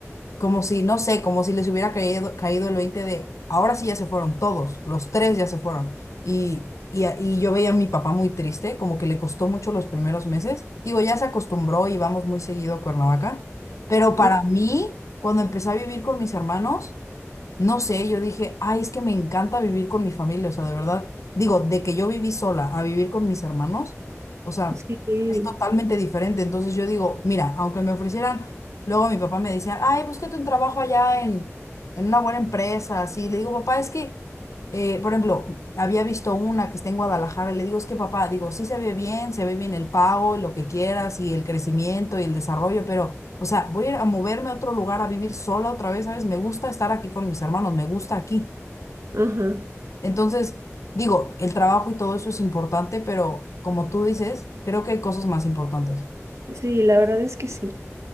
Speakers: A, on the left (about 75°); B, on the right (about 70°).
A: como si, no sé, como si les hubiera caído, caído el 20 de, ahora sí ya se fueron todos, los tres ya se fueron. Y, y, a- y yo veía a mi papá muy triste, como que le costó mucho los primeros meses. Digo, ya se acostumbró y vamos muy seguido a Cuernavaca, pero para
B: ah,
A: mí, cuando empecé a vivir con mis hermanos, no sé, yo dije, ay, es que me encanta vivir con mi familia, o sea, de verdad, digo, de que yo viví sola a vivir con mis hermanos, o sea,
B: Sí,
A: es totalmente diferente. Entonces yo digo, mira, aunque me ofrecieran, luego mi papá me decía, ay, búscate un trabajo allá en, en una buena empresa, así. Le digo, papá, es que, eh, por ejemplo, había visto una que está en Guadalajara, y le digo, es que papá, digo, sí se ve bien, se ve bien el pago y lo que quieras y el crecimiento y el desarrollo, pero... O sea, voy a ir a moverme a otro lugar a vivir sola otra vez, ¿sabes? Me gusta estar aquí con mis hermanos, me gusta aquí.
B: ajá.
A: Entonces, digo, el trabajo y todo eso es importante, pero como tú dices, creo que hay cosas más importantes.
B: Sí, la verdad es que sí.